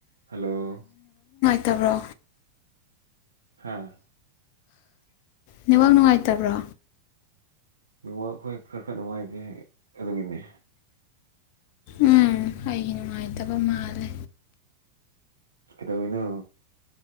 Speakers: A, on the right (about 75°); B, on the left (about 45°).
A: hello
B: ꯠꯇꯕ꯭ꯔꯣ
A: ꯍꯥꯥ
B: ꯅꯦꯕꯥꯛ ꯅꯨꯡꯉꯥꯏꯇꯕ꯭ꯔꯣ
A: ꯋꯥ ꯑꯩꯈꯣꯏ ꯈꯔ ꯈꯔ ꯅꯨꯡꯉꯥꯏꯖꯦ ꯑꯗꯨꯒꯤꯅꯤ
B: ꯎꯝ ꯑꯩꯒꯤ ꯅꯨꯡꯉꯥꯏꯇꯕ ꯃꯥꯜꯂꯦ
A: ꯀꯗꯅ